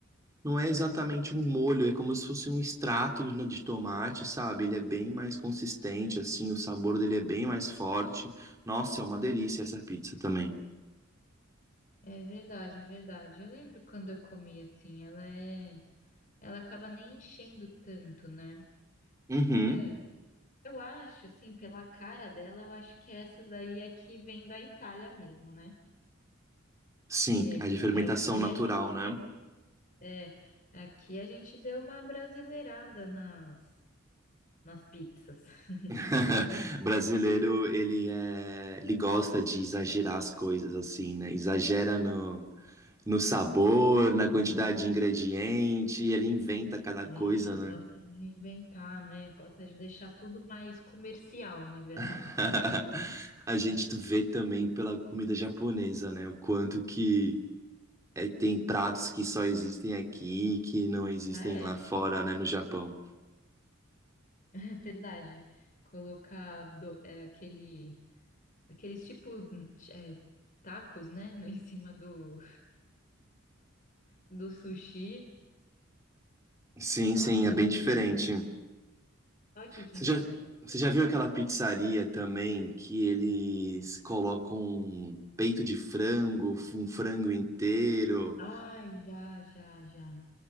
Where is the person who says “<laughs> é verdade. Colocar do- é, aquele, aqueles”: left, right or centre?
Left